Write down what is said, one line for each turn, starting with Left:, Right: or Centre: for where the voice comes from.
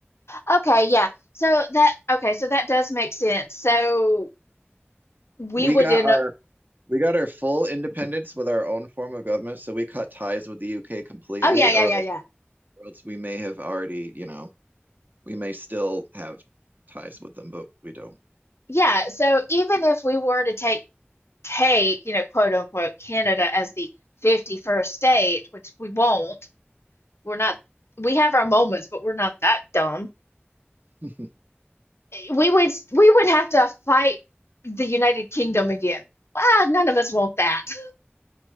Left: Okay, yeah. So that okay, so that does make sense. So we
Right: We
Left: would
Right: got
Left: in
Right: our
Left: a,
Right: we got our full independence with our own form of government, so we cut ties with the UK completely,
Left: oh yeah, yeah,
Right: or,
Left: yeah,
Right: or
Left: yeah.
Right: else we may have already, you know, we may still have ties with them, but we don't.
Left: Yeah, so even if we were to take take, you know, quote unquote Canada as the 51st state, which we won't, We're not, we have our moments, but we're not that dumb.
Right: <laughs>
Left: We would, we would have to fight the United Kingdom again. Well, none of us want that. <laughs>